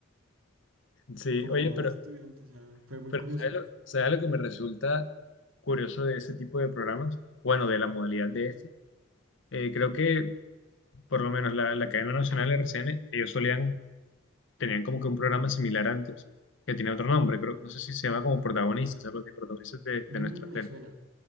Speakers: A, on the left; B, on the right.
A: Sí,
B: como
A: oye, pero,
B: un estudiante, o sea, fue muy
A: pero
B: curioso.
A: ¿sabes lo, sabes lo que me resulta curioso de ese tipo de programas? Bueno, de la modalidad de este. Eh, creo que por lo menos la, la cadena nacional RCN, ellos solían, tenían como que un programa similar antes, que tenía otro nombre, creo, no sé si se llama como protagonistas, algo así, protagonistas de,
B: Mm,
A: de nuestra tele.
B: me suena.